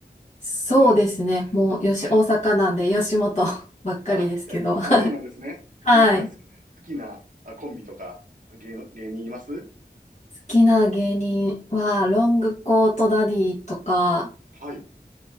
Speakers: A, on the left; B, on the right.
A: そうですね。
B: の、
A: もう、よし、
B: はい。
A: 大阪なんで、吉本 <laughs> ばっかりですけど。
B: あ、いや、
A: <laughs>
B: あ、そうなんですね。
A: はい。
B: あ、なんか好き、
A: 好
B: 好きなあコンビとか、芸の、芸人います
A: きな芸人は、ロングコートダディとか、
B: はい。